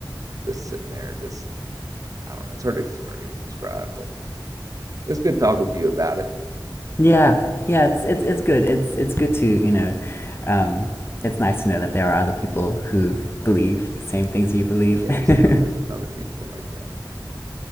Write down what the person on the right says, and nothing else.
just sitting there. Just I don't know. It's hard to describe, describe but it's good talking to you about it.
Yeah, there's
ton there's a ton of people like that.